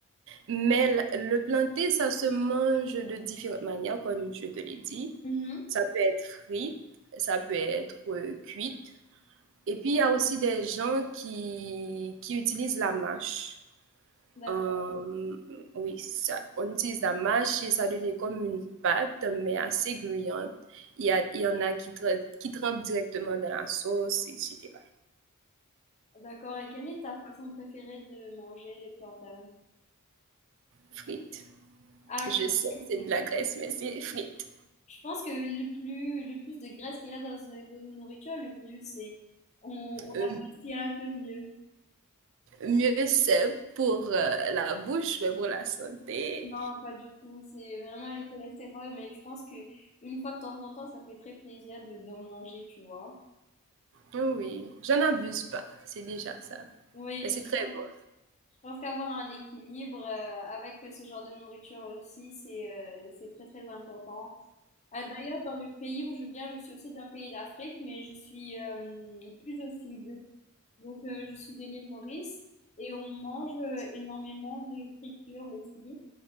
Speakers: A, on the right; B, on the left.
A: Mais la- le planté, ça se mange de différentes manières, comme je te l'ai dit.
B: Mhm,
A: Ça peut être frit, ça peut être euh, cuite. Et puis, il y a aussi des gens qui, qui utilisent la mâche.
B: mhm.
A: Euh, oui, ça, on utilise la mâche et ça devient comme une pâte, mais assez gluante. Il y a, il y en a qui, tra- qui trempent directement dans la sauce, et etc.
B: D'accord, et quelle est ta façon préférée de manger les plantains?
A: Frites.
B: Ah,
A: Je
B: ok.
A: sais,
B: ok.
A: c'est de la graisse, mais c'est frites.
B: Je pense que le plus, le plus de graisse qu'il y a dans une, dans une nourriture, le mieux c'est. On, on
A: Euh,
B: apprécie un peu mieux.
A: mieux c'est pour euh, la bouche, mais pour la santé.
B: Non, pas du tout, c'est vraiment le cholestérol, mais je pense que une fois de temps en temps, ça fait très plaisir de, d'en manger, tu vois.
A: Oh oui, j'en abuse pas, c'est déjà ça.
B: Oui,
A: Mais c'est très
B: je pense
A: bon.
B: je pense qu'avoir un équilibre euh, avec ce genre de nourriture aussi, c'est euh, c'est très très important. Ah, d'ailleurs, dans le pays où je viens, je suis aussi d'un pays d'Afrique, mais je suis euh, plus au sud. Donc, euh, je suis de l'île Maurice et on mange euh, énormément de friture aussi.